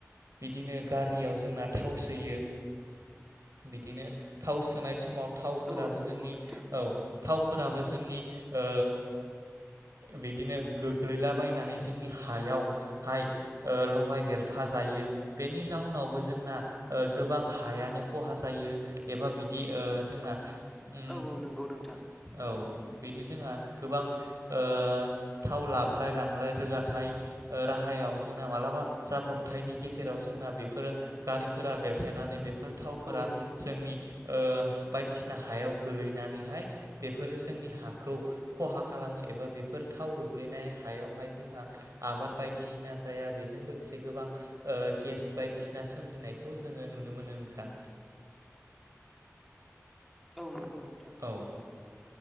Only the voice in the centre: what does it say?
औ औ नंगौ
नोंथां
औ औ नंगौ नोंथां
औ औ नंगौ
<inaudible> औ नंगौ नोंथां